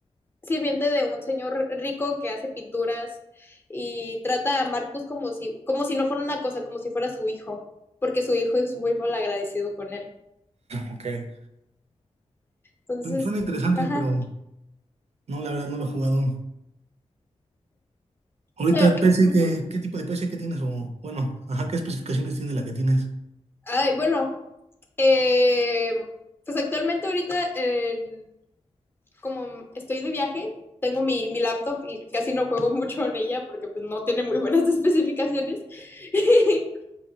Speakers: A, on the left (about 20°); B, on the right (about 70°).
A: sirviente de un señor rico que hace pinturas y trata a Marcus como si, como si no fuera una cosa, como si fuera su hijo, porque su hijo es muy mal agradecido con él.
B: ok.
A: Entonces,
B: Su- Suena interesante,
A: ajá.
B: pero no, la verdad no lo he jugado. Ahorita
A: Eh,
B: de PC,
A: ujú.
B: ¿qué, qué tipo de PC que tienes? O bueno, ajá, ¿qué especificaciones tiene la que tienes?
A: Ay, bueno, eh, pues actualmente ahorita, en- como estoy de viaje, tengo mi, mi laptop y casi no juego <laughs> mucho en ella porque pues no tiene muy buenas especificaciones. <laughs>